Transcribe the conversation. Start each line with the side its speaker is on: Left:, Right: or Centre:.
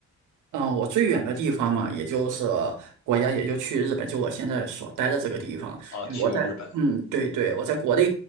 Right: 嗯，我最远的地方嘛，也就是国家，也就去日本，就我现在所待的这个地方。
Left: 啊，
Right: 嗯我在，
Left: 去过日本。
Right: 嗯，对对，我在国内